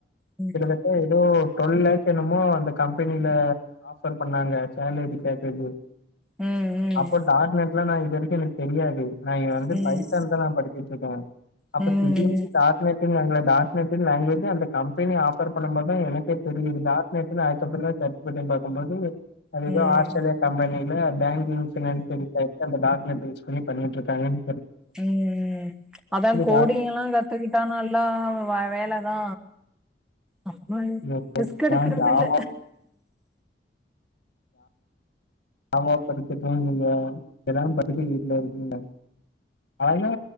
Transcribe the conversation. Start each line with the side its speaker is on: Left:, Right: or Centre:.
Centre: ம்
Left: கிட்ட தட்ட எதோ ட்வெல் லாக்ஸ் என்னமோ அந்த கம்பெனில ஆஃபர் பண்ணாங்க சேலரி பேக்கேஜு
Centre: ம்
Left: அப்போ டாட் நெட்லா நா இது வரைக்கு எனக்கு தெரியாது நா இங்க வந்து
Centre: ம்
Left: பைசான் தா நா படி ச்சுட்ருக்கே அப்ப
Centre: ம்
Left: திடீர்னுட்டு டா ட் நெட்டுனாங்கல டாட் நெட்டுனு லாங்வேஜு அந்த கம்பெனி ஆஃபர் பண்ணம்போதுதா எனக்கே தெரிஞ்சது டாட் நெட்டுனு அதுக்கப்றோ தா <inaudible> பாக்கம்போது அது
Centre: ம்
Left: எதோ
Centre: ம்
Left: ஆஸ்திரேலியா கம்பெனில பேங்கிங் ஃபினான்சியல் <inaudible> அந்த டா <inaudible> பண்ணிட்ருக்காங்கன்
Centre: ம் அதா கோடிங்கல்லா
Left: டாட்
Centre: கத்துக்கிட்டா நல்லா வேலதா நம்ம
Left: நீங்க கோடிங்லாம்,
Centre: ரிஸ்க்கெடுக்குறது
Left: ஜாவா
Centre: இல்ல
Left: ஆமா படிச்சுட்ருந்தீங்க எல்லா படிச்சுட்டு வீட்ல இருக்கீங்க ஆனா